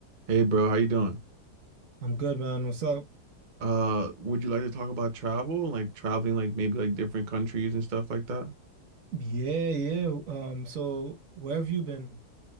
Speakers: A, on the right (about 40°); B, on the right (about 60°).
A: Hey bro, how you doing?
B: I'm good, man. What's up?
A: Uh, would you like to talk about travel, like traveling, like maybe like different countries and stuff like that?
B: Yeah, yeah. Um, so where have you been?